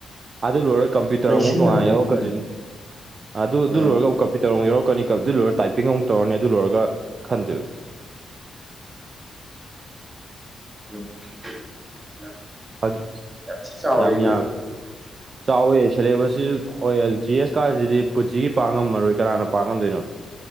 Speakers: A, on the right (about 50°); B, on the right (about 25°).
A: ꯑꯗꯨ ꯂꯣꯏꯔꯒ ꯀꯝꯄ꯭ꯌꯨꯇꯔ
B: ꯂꯩꯁꯤꯜꯍꯟꯕꯩ
A: ꯑꯃꯨꯛ ꯇꯣꯉꯥꯟꯅ ꯌꯥꯎꯔꯛꯀꯗꯣꯏꯅꯤ
B: ꯋꯥꯅꯤ
A: ꯑꯗꯨ ꯑꯗꯨ
B: ꯑꯥ
A: ꯂꯣꯏꯔꯒ ꯀꯝꯄ꯭ꯌꯨꯇꯔ ꯑꯃꯨꯛ ꯌꯥꯎꯔꯛ ꯀꯅꯤ ꯀꯗꯨ ꯂꯣꯏꯔ ꯇꯥꯏꯄꯤꯡ ꯑꯃꯨꯛ ꯇꯧꯔꯅꯤ ꯑꯗꯨ ꯂꯣꯏꯔꯒ ꯈꯟꯗꯩꯕ
B: <unintelligible> ꯌꯥꯝ
A: ꯐꯥꯒꯤ
B: ꯊꯤ ꯆꯥꯎꯔꯤꯕ
A: ꯌꯥꯝ ꯌꯥꯝꯃꯦ
B: ꯑꯗꯨꯝ
A: ꯆꯥꯎꯋꯦ ꯁꯦꯂꯦꯕꯁꯁꯤꯁꯨ ꯆꯥꯎꯋꯦ ꯖꯤ ꯑꯦꯁ ꯀꯥꯁꯤꯗꯤ ꯄꯨꯟꯁꯤꯒꯤ ꯄꯥꯛꯉꯝꯃꯔꯣꯏ ꯀꯅꯥꯅ ꯄꯥ ꯉꯝꯗꯣꯏꯅꯣ